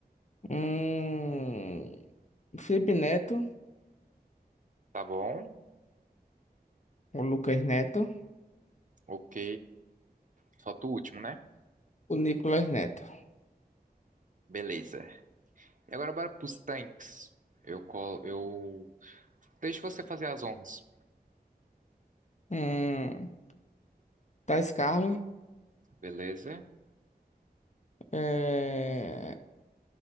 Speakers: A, on the left (about 45°); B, on the right (about 50°).
A: Hum. o Felipe Neto,
B: Tá bom?
A: o Lucas Neto,
B: Ok. Solta o último, né?
A: o Nicolas Neto.
B: Beleza. E agora bora pros tanques. Eu colo. Eu. Deixa você fazer as honras.
A: Hum, Thais Carlos,
B: Beleza?
A: é...